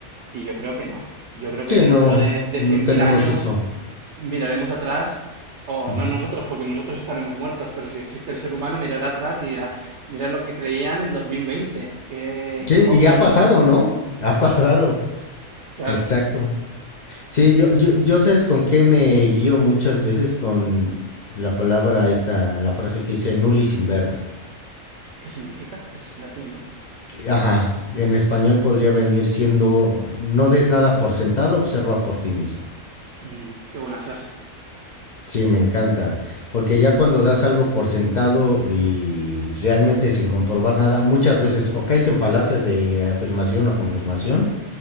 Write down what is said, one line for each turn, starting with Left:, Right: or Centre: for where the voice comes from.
Right: Y yo creo que no, yo creo
Left: Sí,
Right: que dentro
Left: no,
Right: de, de
Left: no
Right: 100.000
Left: tenemos
Right: años
Left: eso.
Right: miraremos atrás, o
Left: Ujú.
Right: no nosotros, porque nosotros estaremos muertos, pero si existe el ser humano mirará atrás y dirá, mira lo que creían en dos mil veinte qué,
Left: Sí,
Right: qué tontos,
Left: y ha pasado,
Right: ¿no?
Left: ¿no? Ha pasado.
Right: Claro,
Left: Exacto. Sí, yo, yo, yo sabes con qué me guío muchas veces con la palabra esta, la frase que dice nulli sin verba.
Right: ¿Qué significa? Es latín, ¿no?
Left: que- Ajá, en español podría venir siendo, no des nada por sentado, observa por ti mismo.
Right: Mm, qué buena frase.
Left: Sí, me encanta, porque ya cuando das algo por sentado y realmente sin comprobar nada, muchas veces o caes en falacias de afirmación o confirmación,